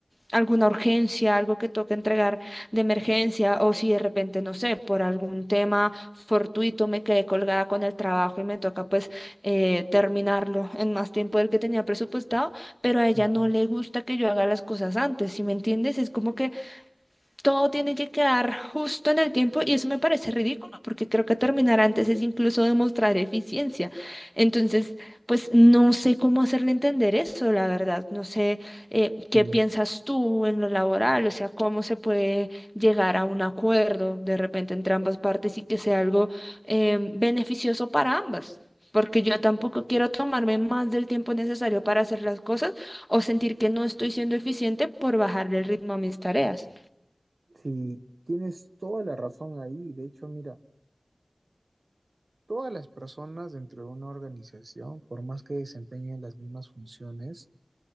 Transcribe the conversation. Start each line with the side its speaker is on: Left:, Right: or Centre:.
Centre: alguna urgencia, algo que toque entregar de emergencia o si de repente, no sé, por algún tema fortuito me quedé colgada con el trabajo y me toca pues eh, terminarlo en más tiempo del que tenía presupuestado, pero a ella
Right: Ujú.
Centre: no le gusta que yo haga las cosas antes, si me entiendes? Es como que todo tiene que quedar justo en el tiempo y eso me parece ridículo porque creo que terminar antes es incluso demostrar eficiencia. Entonces, pues no sé cómo hacerle entender eso, la verdad. No sé eh, qué
Right: Sí,
Centre: piensas tú en lo laboral, o sea, cómo se puede llegar a un acuerdo de repente entre ambas partes y que sea algo eh, beneficioso para ambas. Porque yo tampoco quiero tomarme más del tiempo necesario para hacer las cosas o sentir que no estoy siendo eficiente por bajarle el ritmo a mis tareas.
Right: sí, tienes toda la razón ahí. De hecho, mira, todas las personas dentro de una organización, por más que desempeñen las mismas funciones